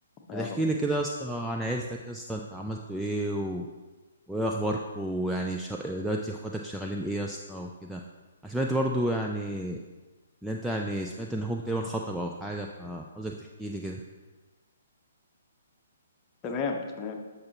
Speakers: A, on the left; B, in the centre.
A: يا
B: ما تحكي
A: رب
B: لي كده يا اسطى عن عيلتك يا اسطى انت عملتوا ايه و... وايه اخباركم ويعني ش... دلوقتي اخواتك شغالين ايه يا اسطى وكده انا سمعت برضو يعني اللي انت يعني سمعت ان اخوك تقريبا خطب او حاجه فعاوزك تحكي لي كده
A: تمام تمام